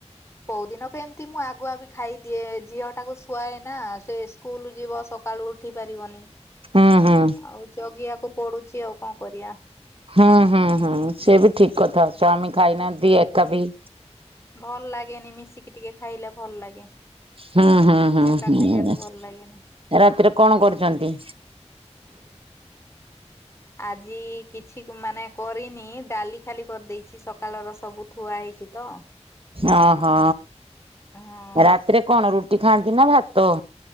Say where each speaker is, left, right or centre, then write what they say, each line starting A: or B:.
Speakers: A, on the left; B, on the right.
A: କୋଉ ଦିନକ ଏମତି ମୁଁ ଆଗୁଆ ବି ଖାଇଦିଏ ଝିଅ ଟାକୁ ଶୁଆଏ ନା ସେ ସ୍କୁଲ ଯିବ ସକାଳୁ ଉଠି ପାରିବନି।
B: ହୁଁ ହୁଁ।
A: ଆଉ ଜଗିବାକୁ ପଡୁଛି ଆଉ କଣ କରିବା।
B: ହୁଁ ହୁଁ ହୁଁ ସେ ବି ଠିକ କଥା, ସ୍ୱାମୀ ଖାଇନାହାନ୍ତି ଏକା ବିି
A: ଭଲ ଲାଗେନି ମିଶିକି ଟିକେ ଖାଇଲେ ଭଲ ଲାଗେ।
B: ହୁଁ ହୁଁ ହୁଁ
A: ଏକା ଖାଇବାକୁ
B: ହୁଁ
A: ଭଲ ଲାଗେନି।
B: ରାତିରେ କଣ କରୁଛନ୍ତି?
A: ଆଜି କିଛି ମାନେ କରିନି ଡାଲି ଖାଲି କରିଦେଇଛି, ସକାଳର ସବୁ ଥୁଆ ହେଇଛି ତ।
B: ଓହୋ
A: ହଁ
B: ରାତିରେ କଣ ରୁଟି ଖାଆନ୍ତି ନା ଭାତ।